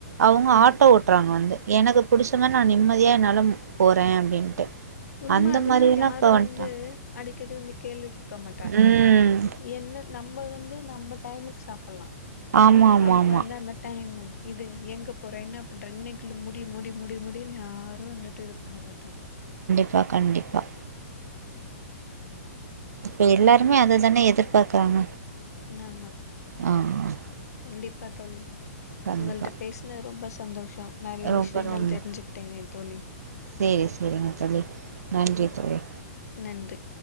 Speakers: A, on the right; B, on the left.
A: அவங்க
B: ம்.
A: ஆட்டோ ஓட்டுறாங்க வந்து எனக்கு புடிச்ச மாரி நா நிம்மதியா என்னால மு போறே அப்டின்ட்டு
B: உண்ம
A: அந்த
B: அதுதா
A: மாரியெல்லா
B: யாரு
A: இப்ப வந்ட்டாங்க
B: வந்து அடிக்கடி வந்து கேள்வி கேட்க மாட்டா
A: ம்
B: என்ன நம்ம வந்து நம்ம டைமுக்கு சாப்பலா
A: ஆமா ஆமா
B: அங்கதா
A: ஆமா
B: அந்த டைம் இது எங்க போற என்ன பண்ற இன்னைக்குல்ல முடி முடி முடி முடி ன் யாரு வந்துட்டு இது பண்ண மாட்டாங்
A: ப்பா கண்டிப்பாக இப்ப எல்லாருமே அதைதானே எதிர்பார்க்குறாங்க
B: நம்ம
A: ஆ ஆஹ்
B: கண்டிப்பா தோழி
A: கண்டிப்பா
B: உங்கள்ட்ட பேசுனதுல ரொம்ப சந்தோஷம் நிறைய
A: ரொம்ப
B: விஷயங்கள்
A: ரொம்ப
B: தெரிஞ்சுகிட்டேங்கே தோழி
A: சேரி சேரிங்க தோழி நன்றி தோழி
B: நன்றி